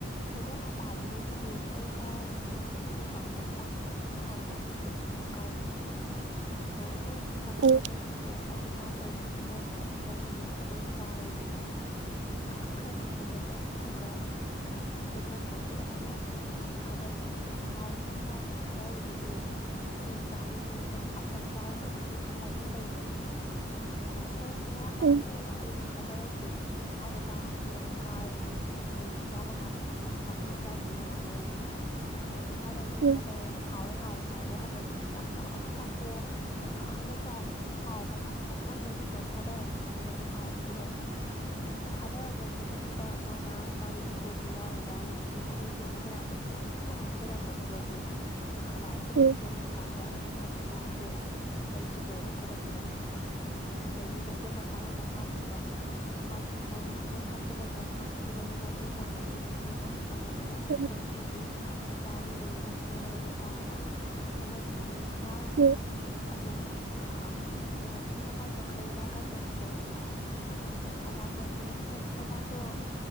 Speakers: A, on the left; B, on the right.
A: ꯊꯩꯕꯣꯡ ꯌꯥꯝ ꯄꯥꯜꯂꯤ ꯁꯤꯗꯤ ꯑꯩ ꯀꯥꯔ ꯍꯦꯜꯂꯛꯀꯦ ꯑꯩꯗꯤ ꯎ ꯀꯥꯕꯁꯨꯦ ꯌꯥꯝ ꯄꯥꯝ ꯑꯥꯡ ꯑꯣꯏꯔꯤꯉꯩꯗꯩꯁꯨ ꯑꯗꯨꯝ ꯀꯥꯔꯛꯑꯦꯅ ꯍꯥꯏꯔꯦ ꯑꯗꯣ ꯍꯣ ꯑꯗꯨꯗꯤ ꯀꯥꯈꯠꯂꯣ
B: ꯎꯝ
A: ꯅꯪ ꯍꯤꯂꯛꯑꯣ ꯑꯩꯗꯤ ꯀꯥꯕꯁꯨ ꯍꯩꯇꯕꯅꯤꯅ ꯅꯪꯅ ꯍꯦꯜꯂꯛꯄꯗ ꯑꯣꯏꯅ ꯆꯥꯔꯒꯦꯅ ꯍꯥꯏꯔ ꯀꯥꯈꯠꯈ꯭ꯔꯦ ꯃꯥꯁꯦ ꯁꯠ ꯁꯠ ꯑꯗꯨꯒ ꯊꯩꯕꯣꯡꯁꯦ ꯍꯦꯛ ꯍꯦꯛ ꯑꯃꯨꯟꯕꯁꯦ ꯁꯨꯝ ꯊꯥꯗꯔꯛꯑꯦ ꯑꯗꯁꯨ ꯌꯥꯝ ꯍꯥꯎꯋꯤꯅꯤ ꯏꯅꯥꯎ ꯅꯪ ꯊꯥꯗꯔꯛꯏꯁꯤꯗꯤ ꯑꯩ ꯌꯥꯝ ꯆꯥꯅꯤꯡꯉꯦ ꯑꯝꯇꯪ ꯆꯥꯔꯨꯕꯗꯒꯤ ꯑꯗꯨꯝ ꯆꯥꯅꯤꯡꯉ ꯂꯩꯔꯦ ꯁꯤꯅꯦꯕ ꯑꯗ ꯍꯣꯏ ꯅꯌꯥ ꯀꯥꯊꯣꯛꯑꯣ
B: ꯎꯝ
A: ꯑꯩ ꯑꯗꯨꯝ ꯊꯥꯗꯔꯛꯀꯦ ꯃꯈꯥꯗ ꯇꯥꯔꯗꯤ ꯑꯃꯨꯛ ꯀꯥꯏꯔꯅꯤ ꯑꯗꯨꯝ ꯆꯥꯕ ꯃꯥꯝꯕ ꯆꯥꯝꯐꯨꯠ ꯆꯥꯗ꯭ꯔꯦ ꯌꯥꯔꯔꯣꯏꯅ ꯍꯥꯏ ꯂꯣꯏ ꯊꯥꯗꯔꯦ ꯁꯨꯝ
B: ꯎꯝ
A: ꯊꯥꯗꯔꯦ ꯑꯁ ꯍꯥꯎꯋꯦ ꯍꯥꯎꯋꯦ ꯍꯥꯏ ꯑꯗ ꯍꯟꯗꯛꯇꯤ ꯌꯥꯝ ꯂꯥꯎꯅ ꯀꯥꯊꯣꯛꯑꯣ ꯌꯥꯝꯅ ꯆꯥꯎꯕ ꯍꯥꯎꯕ ꯉꯥꯡꯁꯪ ꯉꯥꯡꯈꯩ ꯃꯨꯟꯕ ꯑꯃ ꯊꯥꯗꯔꯛꯒꯦ ꯗꯨꯏꯅꯦꯅ ꯍꯥꯏꯔꯦ ꯑꯗꯨꯒ ꯊꯥꯗꯔꯛꯄꯩ ꯃꯍꯨꯠꯇ ꯃꯥꯅ ꯃꯥꯒꯤ ꯇꯤꯡꯒꯣꯟꯗ ꯌꯥꯎꯔꯕ ꯉ ꯉꯁꯥꯏꯒꯤ ꯃꯍꯨ ꯆꯦꯟꯕ ꯃꯌꯥꯝꯗꯣ ꯄꯨꯟꯅ ꯍꯥꯞꯆꯜꯂꯛꯄꯁꯤꯗꯗꯤ ꯈꯅꯥꯎꯁꯨ
B: ꯎꯝ
A: ꯂꯣꯏ ꯆꯪꯉ꯭ꯔꯀꯥꯟꯗ ꯃꯆꯦꯝꯁꯦ ꯂꯩꯈꯤꯗ꯭ꯔꯦꯕ ꯈꯨꯗꯛꯇꯨꯗ ꯑꯗꯩꯗꯤ ꯃꯆꯦꯝꯅ ꯐꯥꯔꯝꯕ ꯉꯥꯁꯤꯡꯗꯣ ꯃꯥꯒꯤ ꯇꯤꯡꯒꯣꯜꯗꯨꯗ ꯂꯣꯏ ꯍꯥꯞꯆꯤꯜꯂꯒ ꯃꯥꯁꯦ ꯃꯌꯨꯝ ꯃꯥꯏꯀꯩ ꯄꯥꯡꯂꯛꯑꯦ ꯃꯌꯨꯝ ꯃꯥꯏꯀꯩ ꯄꯥꯡꯪꯂꯛꯄꯗ
B: ꯎꯝ
A: ꯃꯆꯦꯝꯁꯤꯡꯒꯤ ꯃꯆꯥ ꯑꯅꯤ ꯂꯩꯌꯦ ꯅꯨꯄꯤ ꯑꯃꯒ ꯅꯨꯄꯥ ꯑꯃꯒ ꯑꯃꯁꯤ ꯗꯤ ꯑꯉꯥꯡ
B: ꯎꯝ
A: ꯑꯇꯣꯝ ꯕꯁꯤꯗꯤ ꯌꯥꯝ ꯄꯤꯛꯏ ꯑꯗꯨꯅ ꯏꯃꯥ ꯀꯥꯏ ꯆꯠꯈ꯭ꯔꯦ ꯏꯃꯥ ꯀꯥꯏ ꯆꯠꯈ꯭ꯔꯦꯅ ꯍꯥꯏꯕ ꯑꯗ ꯃꯃꯥꯇꯣꯟꯁꯤꯅ ꯑꯦ ꯅꯃꯥꯗꯣ